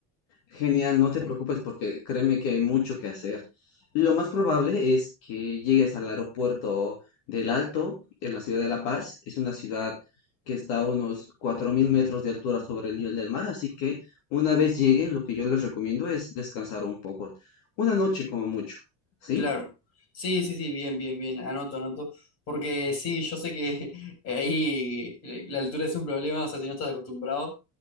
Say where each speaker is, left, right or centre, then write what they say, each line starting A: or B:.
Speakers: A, on the left (about 60°); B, on the left (about 40°).
A: Genial, no te preocupes porque créeme que hay mucho que hacer. Lo más probable es que llegues al aeropuerto del Alto, en la ciudad de La Paz. Es una ciudad que está a unos 4.000 metros de altura sobre el nivel del mar, así que una vez lleguen, lo que yo les recomiendo es descansar un poco. Una noche como mucho, ¿sí?
B: Claro. Sí, sí, sí, bien, bien, bien. Anoto, anoto. Porque sí, yo sé que <laughs> ahí eh, la altura es un problema, o sea, si no estás acostumbrado.